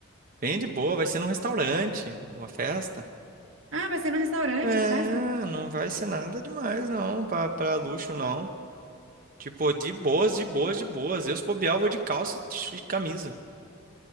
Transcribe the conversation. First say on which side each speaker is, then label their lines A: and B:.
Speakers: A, on the right (about 45°); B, on the right (about 80°).
A: Bem de boa. Vai ser num restaurante, uma festa.
B: Ah, vai ser no restaurante
A: É,
B: a festa?
A: não vai ser nada demais, não. Pra, pra luxo, não. Tipo, de boas, de boas, de boas. Eu, se bobear, eu vou de calça e t- e camisa.